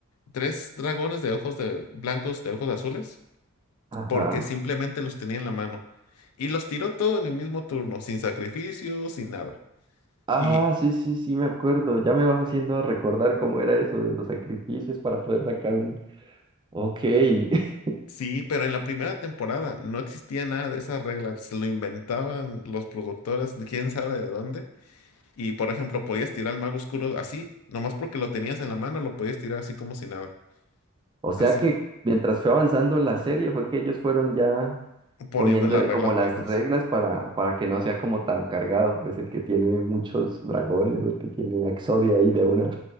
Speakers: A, on the left; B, on the right.
A: tres dragones de ojos de blancos de ojos azules
B: Ajá.
A: porque simplemente los tenía en la mano y los tiró todo en el mismo turno sin sacrificio sin nada
B: Ah,
A: y
B: sí, sí, sí, me acuerdo. Ya me vas haciendo recordar cómo era eso de los sacrificios para poder sacar un... Ok. <laughs>
A: sí pero en la primera temporada no existía nada de esas reglas se lo inventaban los productores de quién sabe de dónde y por ejemplo podías tirar al mago oscuro así nomás porque lo tenías en la mano lo podías tirar así como si nada
B: O sea
A: así
B: que mientras fue avanzando la serie fue que ellos fueron ya
A: poniendo
B: poniéndole
A: las reglas
B: como
A: buenas
B: las reglas para, para que no sea como tan cargado, pues el que tiene muchos dragones o el que tiene a Exodia ahí de una.